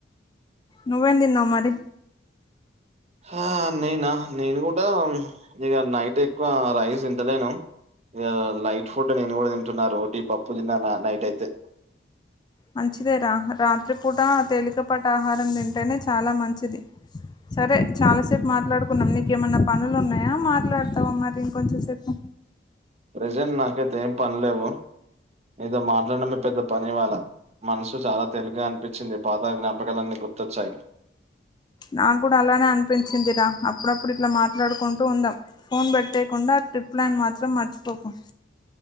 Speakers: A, on the left (about 25°); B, on the right (about 35°).
A: నువ్వేం దీన్నావ్ మరి
B: ఆ నేనా నేను కూడా ఇగ నైట్ ఎక్కువ రైస్ తింటలేను ఇగ లైట్ ఫుడ్ నేను కూడా తింటున్నా రోటీ పప్పు తిన్నా నైట్ అయితే
A: మంచిదేరా రాత్రిపూట తేలికపాటి ఆహారం తింటేనే చాలా మంచిది సరే చాలా సేపు మాట్లాడుకున్నాం నీకేమన్నా పనులు ఉన్నాయా మాట్లాడతావా మరి ఇంకొంచం సేపు
B: ప్రెజెంట్ నాకైతే ఏం పనిలేవు నీతో మాట్లాడమే పెద్ద పని ఇవాళ మనసు చాలా తెలిగ గా అనిపించింది పాత జ్ఞాపకాలన్ని గుతోచ్చాయ్
A: నా కూడా అలానే అనిపించిందిరా అప్పుడప్పుడు ఇట్లా మాట్లాడుకుంటూ ఉందాం ఫోన్ పేట్టేయకుండా ట్రిప్ ప్లాన్ మాత్రం మర్చిపోకు